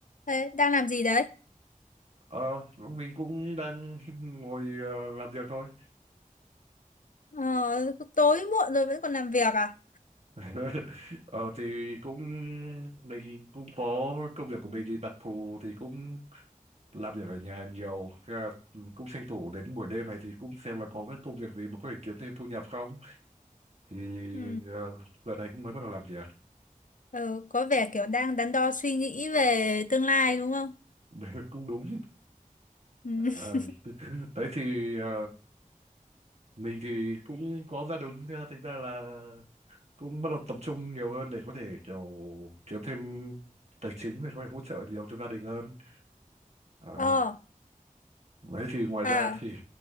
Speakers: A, on the left; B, on the right.
A: Thế đang làm gì đấy?
B: Ờ, mình cũng đang <laughs> ngồi ờ, làm việc thôi.
A: Ờ, tối muộn rồi vẫn còn làm việc à?
B: <laughs> Ờ, thì cũng mình cũng có công việc của mình thì đặc thù thì cũng làm việc ở nhà nhiều. Thế là cũng tranh thủ đến buổi đêm này thì cũng xem là có cái công việc gì mà có thể kiếm thêm thu nhập không. Thì
A: Ừ.
B: ờ, giờ này cũng mới bắt đầu làm việc.
A: Ờ, có vẻ kiểu đang đắn đo suy nghĩ về tương lai đúng không?
B: <laughs> Cũng đúng.
A: Ừ.
B: Ờ,
A: <laughs>
B: <laughs> đấy thì ờ, mình thì cũng có gia đình, thế là thành ra là cũng bắt đầu tập trung nhiều hơn để có thể kiểu kiếm thêm tài chính để có thể hỗ trợ nhiều cho gia đình hơn à,
A: Ờ,
B: đấy thì ngoài
A: à,
B: ra thì